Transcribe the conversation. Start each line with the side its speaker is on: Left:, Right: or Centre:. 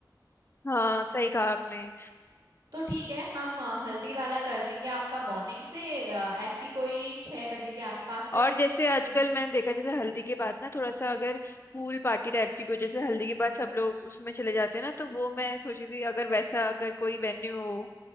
Left: हाँ सही कहा आपने
Right: तो ठीक है हम अ, हल्दी वाला कर देंगे आपका मॉर्निंग से अ, ऐसी कोई छह बजे के आसपास से
Left: और जैसे
Right: हम्म।
Left: आजकल मैंने देखा जैसे हल्दी के बाद ना थोड़ा सा अगर पूल पार्टी टाइप की भी हो जैसे हल्दी के बाद सब लोग उसमें चले जाते हैं ना तो वो मैं सोची थी अगर वैसा अगर कोई वेन्यू हो